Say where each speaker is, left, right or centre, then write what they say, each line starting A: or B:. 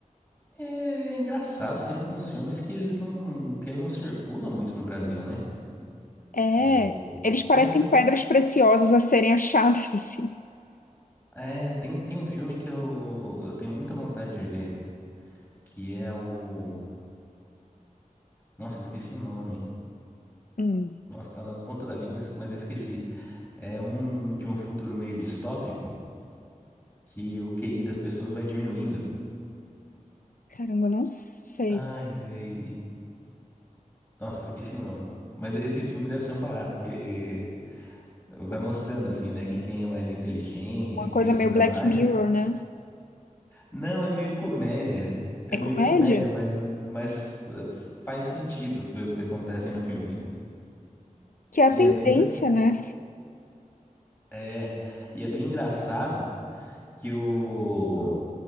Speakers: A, on the left; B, on the left.
A: é, é engraçado, tem alguns filmes que eles não que ele não circula muito no Brasil, né?
B: É,
A: O,
B: eles parecem
A: tem um filme,
B: pedras preciosas a serem <laughs> achadas, assim.
A: é, tem, tem um filme que eu, eu tenho muita vontade de ver, que é o, nossa, esqueci o nome.
B: Hum,
A: Nossa, tá na ponta da língua, mas eu esqueci. É um de um futuro meio distópico que o QI das pessoas vai diminuindo.
B: caramba, eu não sei.
A: Ai, ai, e- nossa, esqueci o nome. Mas esse filme deve ser um barato, que vai mostrando assim, né, que quem é mais inteligente,
B: Uma coisa
A: quem estuda
B: meio Black
A: mais.
B: Mirror, né?
A: Não, é meio comédia. É
B: É
A: meio
B: comédia?
A: comédia, mas, mas eh, faz sentido as coisas que acontecem no filme.
B: Que é a
A: E
B: tendência,
A: é bem, engra-
B: né?
A: é, e é bem engraçado que o,